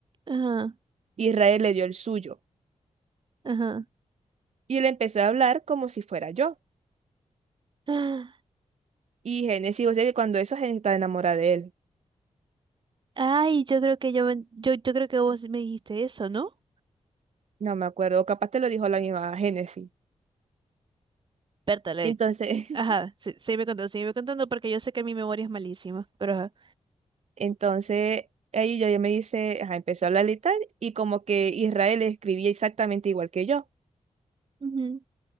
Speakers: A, on the right; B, on the right.
A: Ajá,
B: Israel le dio el suyo
A: ajá.
B: y le empezó a hablar como si fuera yo.
A: Ah,
B: Y Génesis, o sea que cuando eso Génesis estaba enamorada de él.
A: Ay, yo creo que yo, me- yo, yo creo que vos me dijiste eso, ¿no?
B: No me acuerdo, o capaz te lo dijo la misma Génesis.
A: Pértale.
B: Y entonces, <laughs>
A: Ajá, sí, sígueme contando, sígueme contando porque yo sé que mi memoria es malísima, pero ajá.
B: entonces ahí yo, yo me dice, ajá, empezó a hablar y tal, y como que Israel escribía exactamente igual que yo.
A: Ujú.